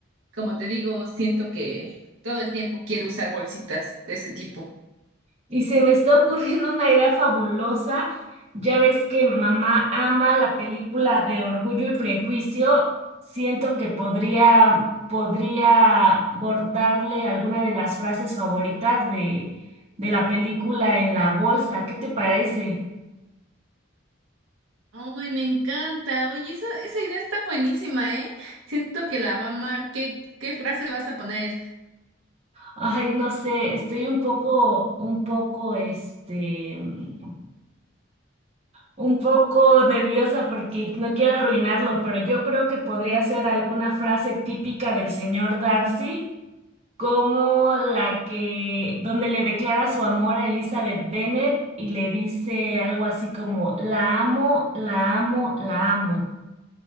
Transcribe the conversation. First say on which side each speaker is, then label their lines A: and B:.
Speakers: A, on the right; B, on the right.
A: Como te digo, siento que todo el tiempo quiero usar bolsitas de ese tipo.
B: Y se me está <laughs> ocurriendo una idea fabulosa. Ya ves que mamá ama la película de Orgullo y Prejuicio. Siento que podría, podría bordarle alguna de las frases favoritas de, de la película en la bolsa. ¿Qué te parece?
A: Ay, me encanta. Oye, esa, esa idea está buenísima, ¿eh? Siento que la va a amar. ¿Qué, qué frase vas a poner?
B: Ay, no sé, estoy un poco, un poco, este, mm, un poco nerviosa porque no quiero arruinarlo, pero yo creo que podría ser alguna frase típica del señor Darcy, como la que, donde le declara su amor a Elizabeth Bennet y le dice algo así como, la amo, la amo, la amo.